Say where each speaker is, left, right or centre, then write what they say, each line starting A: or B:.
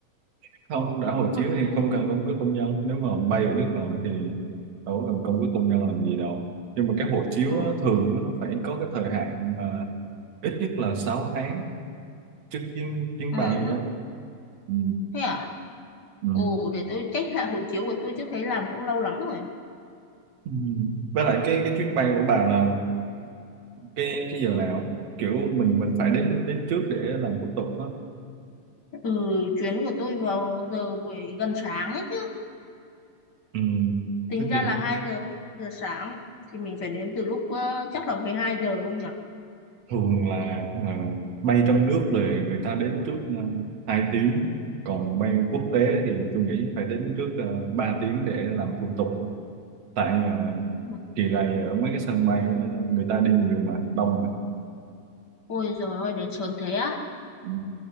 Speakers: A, on the right; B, on the left.
A: Không, đã hộ
B: mà
A: chiếu
B: không
A: thì không cần căn cước công dân. Nếu mà bay ở nước ngoài thì đâu có cần căn cước công nhân làm gì đâu. Nhưng mà cái hộ chiếu
B: ừ
A: á, thường á, nó phải có cái thời hạn mà ít nhất là 6 tháng trước chuyến chuyến
B: ừ
A: bay vậy
B: hứ.
A: á. ừ.
B: thế à
A: Ừ.
B: ồ để tôi check lại hộ chiếu của tôi chứ thấy làm cũng lâu lắm rồi
A: Ừ. với lại cái cái chuyến bay của bà là cái cái giờ nào kiểu mình mình phải đến đến trước để làm thủ tục á
B: ừ chuyến của tôi vào giờ buổi gần sáng ấy
A: ừ.
B: Tính
A: thế
B: ra
A: thì
B: là hai giờ, 2 giờ sáng thì mình phải đến từ lúc ờ, chắc là 12 giờ không nhỉ?
A: thường là ờ, bay trong nước rồi người ta đến trước uh, 2 tiếng còn bay quốc tế thì tôi nghĩ phải đến trước uh, 3 tiếng để làm thủ tục tại ờ,
B: Ừ.
A: kỳ này ở mấy cái sân bay ờ, người ta đi nhiều mà đông
B: Ôi giời ơi đến sớm thế á.
A: mà